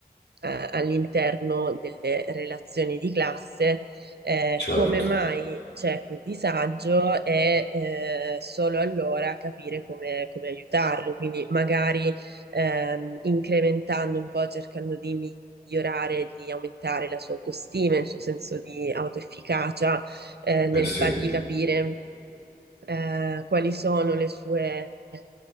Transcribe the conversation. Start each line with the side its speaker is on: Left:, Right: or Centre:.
Right: eh, all'interno delle relazioni di classe, eh,
Left: certo,
Right: come mai c'è quel disagio e eh, solo allora capire come, come aiutarlo, quindi magari ehm, incrementando un po', cercando di migliorare, di aumentare la sua autostima, il suo senso di autoefficacia, eh, nel
Left: eh sì,
Right: fargli capire eh, quali sono le sue, eh,